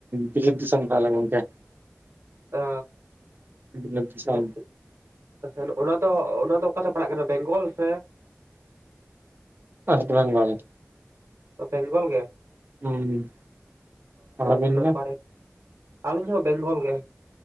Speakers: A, on the right (about 45°); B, on the right (about 70°).
A: ᱵᱤᱞᱟᱹᱛ ᱫᱤᱥᱚᱢ ᱠᱟᱱᱟᱞᱮ ᱜᱚᱝᱠᱮ
B: ᱟ
A: ᱵᱤᱞᱟᱹᱛ ᱫᱤᱥᱚᱢ
B: ᱡᱟᱹᱥᱛᱤᱜ ᱟᱪᱪᱷᱟ ᱚᱱᱟ ᱫᱚ ᱚᱱᱟ ᱫᱚ ᱚᱠᱟ ᱥᱮᱫ ᱯᱟᱲᱟᱜ ᱠᱟᱱᱟ ᱵᱮᱝᱜᱚᱞ ᱥᱮ
A: ᱳᱭᱮᱥᱴ ᱵᱮᱝᱜᱚᱞ
B: ᱚ ᱵᱮᱝᱜᱚᱞ ᱜᱮ
A: ᱦᱩᱸ ᱟᱵᱤᱱ
B: ᱚ ᱱᱟᱯᱟᱭ ᱟᱞᱮ ᱦᱚᱸ ᱵᱮᱝᱜᱚᱞ ᱜᱮ